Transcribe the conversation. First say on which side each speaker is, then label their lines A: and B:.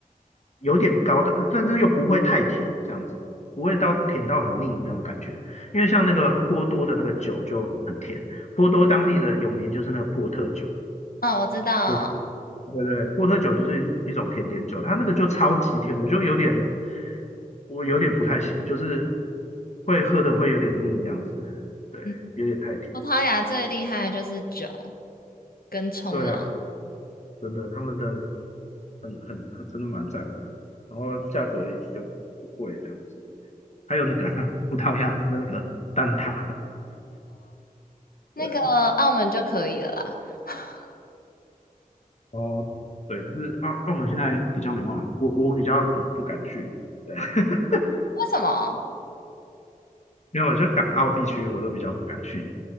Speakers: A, on the left; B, on the left.
A: 有点高，但但是又不会太甜，这样子不会到甜到很腻那种感觉。因为像那个波多的那个酒就很甜，波多当地的有名就是那个波特酒，
B: 哦，我知道。
A: 波特对对对，波特酒就是一种甜点酒，它那个就超级甜，我就有点我有点不太行，就是会喝的会有点腻这样子，对，
B: 嗯，
A: 有点太甜。
B: 葡萄牙最厉害的就是酒跟冲浪，
A: 对啊，真的，他们的很很很真的蛮赞的，然后价格也就不贵这样子。还有那个啊葡萄牙的那个蛋挞，
B: 那个澳门就可以了啦。
A: 对啊
B: <laughs>
A: 哦对，但是澳澳门现在比较没办法，我我比较不不敢去，对，<laughs>
B: 为什么？
A: 因为我就港澳地区我都比较不敢去，